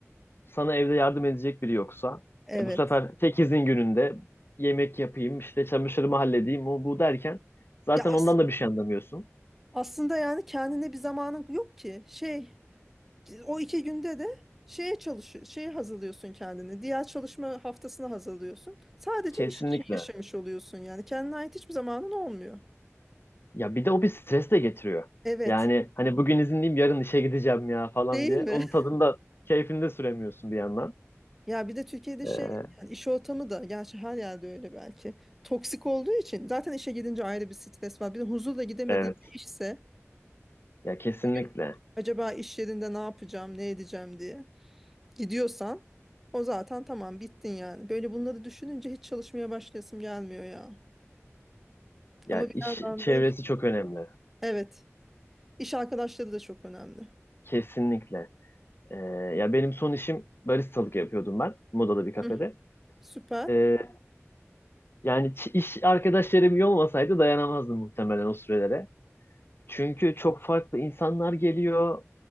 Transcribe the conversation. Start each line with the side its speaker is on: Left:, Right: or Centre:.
Left: sana evde yardım edecek biri yoksa,
Centre: Evet.
Left: e, bu sefer tek izin gününde yemek yapayım, işte çamaşırımı halledeyim, o bu derken zaten
Centre: Ya
Left: ondan
Centre: as-
Left: da bir şey anlamıyorsun.
Centre: aslında yani kendine bir zamanın yok ki. Şey, o iki günde de şeye çalışıyor, şeye hazırlıyorsun kendini. Diğer çalışma haftasını hazırlıyorsun. Sadece
Left: Kesinlikle.
Centre: iş için yaşamış oluyorsun yani. Kendine ait hiçbir zamanın olmuyor.
Left: Ya bir de o bir stres de getiriyor.
Centre: Evet.
Left: Yani hani bugün izinliyim yarın işe gideceğim ya falan
Centre: Değil
Left: diye.
Centre: mi?
Left: Onun
Centre: <laughs>
Left: tadında keyfinde süremiyorsun bir yandan.
Centre: Ya bir de Türkiye'de
Left: Ee,
Centre: şey yani iş ortamı da gerçi her yerde öyle belki. Toksik olduğu için zaten işe gidince ayrı bir stres var. Bir de huzurla gidemediğin
Left: evet
Centre: bir işse
Left: ya kesinlikle.
Centre: gün acaba iş yerinde ne yapacağım, ne edeceğim diye gidiyorsan o zaten tamam bittin yani. Böyle bunları düşününce hiç çalışmaya başlayasım gelmiyor ya.
Left: Ya
Centre: Ama bir
Left: iş
Centre: yandan
Left: çevresi
Centre: da işte-
Left: çok önemli.
Centre: evet iş arkadaşları da çok önemli.
Left: Kesinlikle. Ee, ya benim son işim baristalık yapıyordum ben. Moda'da bir kafede.
Centre: Hı, süper.
Left: Ee, yani ç- iş arkadaşlarım iyi olmasaydı dayanamazdım muhtemelen o sürelere. Çünkü çok farklı insanlar geliyor